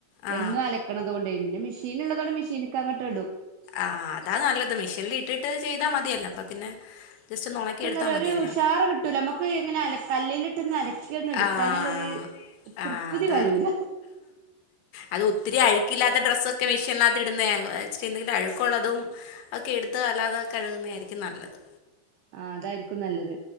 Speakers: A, on the left; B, on the right.
A: ആ
B: എന്നും അലക്കണതോണ്ടെ പിന്നെ മെഷീൻ ഉള്ളതോടെ മെഷീന്ക്ക് അങ്ങട്ട് ഇടും
A: ആഹ് അതാ നല്ലത് മിഷീനിൽ ഇട്ടിട്ട് ചെയ്താ മതിയല്ല അപ്പൊ പിന്നെ ജസ്റ്റ് ഒന്ന് ഉണക്കി
B: എന്താറ്യ
A: എടുത്താൽ മതിയല്ലോ
B: ഒരുഷാറ് കി ട്ടൂല മക്ക് എങ്ങനെ അല കല്ലിലിട്ട്ന്ന് അലക്കി ഒന്ന എടുക്കാഞാലൊര്
A: ആഹ് ആഹ്
B: തൃപ്തി
A: അതാ
B: വരൂല
A: അത് ഒത്തിരി അഴുക്കില്ലാത്ത ഡ്രസ്സൊക്കെ മെഷീന്നകത്ത് ഇടുന്ന ഞങ്ങള് സ്റ്റെ എന്തെങ്കിലും അഴുക്കുള്ളതും ഒക്കെ എടുത്ത് അല്ലാതെ കഴുകുന്നേയിരിക്കും നല്ലത്
B: ആഹ് അതായിരിക്കും നല്ലത്